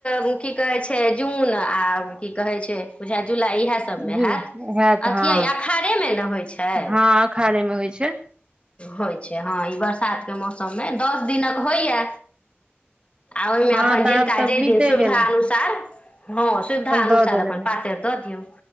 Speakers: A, on the left; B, on the right.
A: मकी कहै छै जून आ की कहे छै बुझा उहे सब
B: जुल
A: हेत्
B: हैत
A: अथि
B: हँ
A: अठारहे मे न होई छै
B: हँ अखाढ़े मे होइ छै
A: होइ छै हँ ई बरसातके मौसममे दस दिनक होइए आ ओहिमे
B: हँ
A: अपन जिनका
B: तऽ आब तऽ
A: जे
B: बीते
A: दिन सुविधा
B: गेल
A: अनुसार हँ सुविधा
B: दऽ
A: अुसार
B: देल
A: अपन पातरि दऽ दियौ